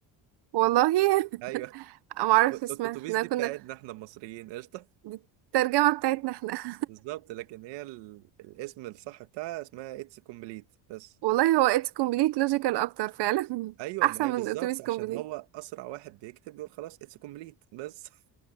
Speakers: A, on the right; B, on the right.
A: والله <laughs>
B: ايوه أ-
A: معرفش
B: أت-
A: اسمها
B: اتوبيس
A: احنا
B: دي
A: كنا
B: بتاعتنا احنا المصريين قشطه
A: دي الترجمة بتاعتنا احنا
B: <laughs>
A: <laughs>
B: بالظبط لكن هي ال... الاسم الصح بتاعها اسمها اتس كومبليت بس
A: والله هو اتس كومبليت لوجيكال اكتر فعلا <laughs>
B: ايوه
A: احسن
B: ما هي
A: من
B: بالظبط
A: اتوبيس
B: عشان
A: كومبليت
B: هو اسرع واحد بيكتب بيقول خلاص اتس كومبليت بس <laughs>